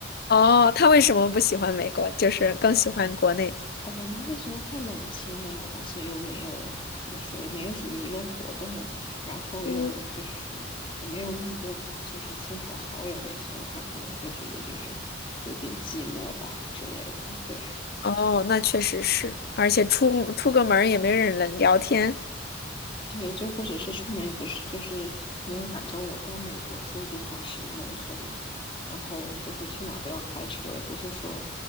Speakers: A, on the left; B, on the left.
A: 哦，他为什么不喜欢美国？就是更喜欢国内。
B: 哦，我妈就觉得太冷清了呀，而且又没有怎么说，也没有什么娱乐活动，然后又就是说也没有那么多就是亲朋好友那些的话，
A: 嗯，
B: 可能会觉得就是有点寂寞吧之类的，对。
A: 哦，那确实是，而且出出个门儿也没人能聊天。
B: 对，就或者是出门也不是，就是因为反正我在美国住的地方是农村嘛，然后就是去哪都要开车，也不是说